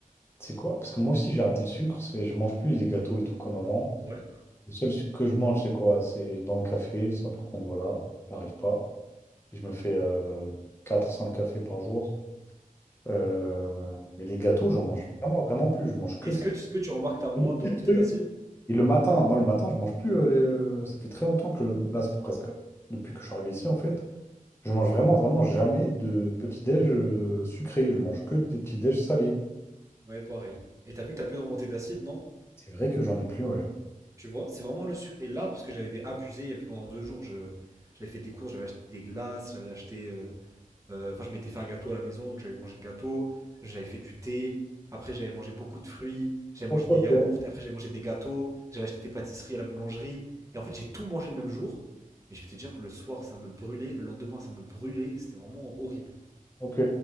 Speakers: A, on the left; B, on the right.
A: C'est quoi? Parce que moi aussi, j'ai arrêté le sucre, c'est- je mange plus les gâteaux et tout comme avant.
B: Ouais.
A: Le seul sucre que je mange, c'est quoi? C'est dans le café. Ça, par contre, voilà, j'arrive pas. Et je me fais euh, quatre cinq cafés par jour. Euh, mais les gâteaux, j'en mange vraiment, vraiment plus. Je mange que
B: Est-ce
A: ça.
B: que, tu- ce que tu remarques que t'as moins
A: Le
B: de
A: pire
B: remontées
A: truc.
B: d'acide?
A: Et le matin, moi, le matin, je mange plus. euh, les- euh, Ça fait très longtemps que je... Là, ça fait presque depuis que je suis arrivé ici, en fait. Je mange vraiment, vraiment jamais de petit-déj euh, sucré. Je mange que des petits-déj salés.
B: Ouais, pareil. Et t'as vu que t'as plus de remontées d'acide, non?
A: C'est vrai que j'en ai plus, ouais.
B: Tu vois, c'est vraiment le sur. Et là, parce que j'avais abusé pendant deux jours, je... j'avais fait des courses, j'avais acheté des glaces, j'avais acheté. euh, euh, Enfin, je m'étais fait un gâteau à la maison, donc j'avais mangé le gâteau, j'avais fait du thé, après j'avais mangé beaucoup de fruits, j'avais
A: Ok,
B: mangé des
A: ok.
B: yaourts, après j'avais mangé des gâteaux, j'avais acheté des pâtisseries à la boulangerie. Et en fait, j'ai tout mangé le même jour, mais je peux te dire que le soir, ça me brûlait, le lendemain, ça me brûlait, c'était vraiment horrible.
A: Ok,